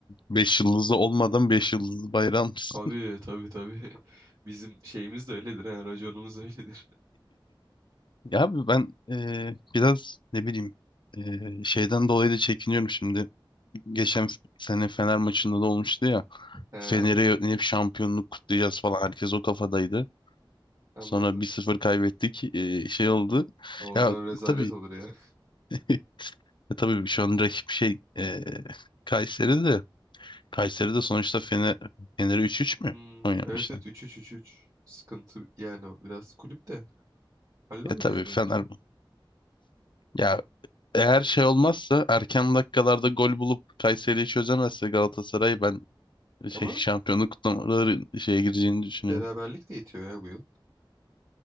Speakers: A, on the left (about 65°); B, on the right (about 50°).
A: 5 yıldızı olmadan beş yıldızlı bayrağı almışsın.
B: Tabii
A: <laughs>
B: tabii tabii. <laughs> Bizim şeyimiz de öyledir ha. Raconumuz da öyledir.
A: Ya abi ben eee, biraz ne bileyim eee, şeyden dolayı da çekiniyorum şimdi. Geçen sene Fener maçında da olmuştu ya.
B: <laughs>
A: Fener'e
B: He
A: hep şampiyonluk kutlayacağız falan. Herkes o kafadaydı.
B: anladım.
A: Sonra bir sıfır kaybettik. Ee, şey oldu.
B: Ha, O
A: Ya
B: zaman rezalet
A: tabii
B: olur ya.
A: <laughs> e, tabii şu an rakip şey e, Kayseri de Kayseri de sonuçta Fener Fener'e üç üç
B: Hmm,
A: mü oynamıştı?
B: evet evet üç üç üç üç Sıkıntı yani o biraz kulüp de hallolur
A: Ya tabii
B: ya bence.
A: Fener ya eğer şey olmazsa erken dakikalarda gol bulup Kayseri'yi çözemezse Galatasaray ben
B: Ama
A: şey <laughs> şampiyonluk kutlamaları şeye gireceğini düşünüyorum.
B: Beraberlik de yetiyor ya bu yıl.